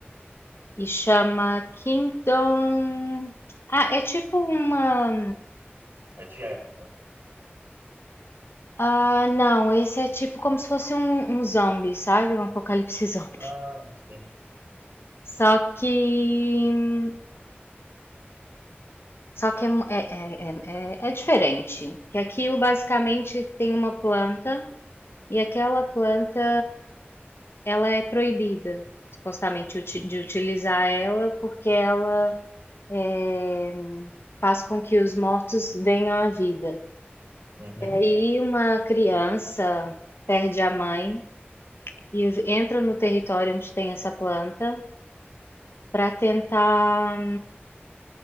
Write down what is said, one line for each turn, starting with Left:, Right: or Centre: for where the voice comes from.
Left: E chama Kingdom. Ah, é tipo uma.
Right: É de época.
Left: Ah, não, esse é tipo como
Right: Não?
Left: se fosse um, um zombie, sabe? Um apocalipse <laughs> zombie.
Right: Ah, sim,
Left: Só que. Só que é, mu- é, é, é, é é diferente. Que aquilo basicamente tem uma planta e aquela planta ela é proibida, supostamente, uti-
Right: sim.
Left: de utilizar ela porque ela é, faz com que os mortos venham à vida.
Right: Uhum.
Left: E uma criança perde a mãe e entra no território onde tem essa planta para tentar